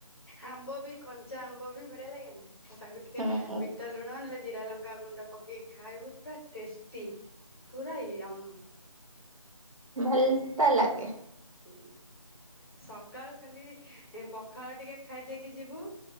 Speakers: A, on the left; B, on the right.
A: ଆମ୍ବ ବି କଞ୍ଚା ଆମ୍ବ ବି ବଢ଼ିଆ ଲାଗେ ନା ତାକୁ ଟିକେ
B: ହୁଁ
A: ବିଟ ଲୁଣ ନହେଲେ ଜିରା ଲଙ୍କା ଗୁଣ୍ଡ ପକେଇକି ଖାଇବୁ ପୁରା ଟେଷ୍ଟି ପୁରା ଇୟମ
B: ଭଲ ତ ଲାଗେ।
A: ହୁଁ ସକାଳୁ ଖାଲି ପଖାଳ ଟିକେ ଖାଇଦେଇକି ଯିବୁ।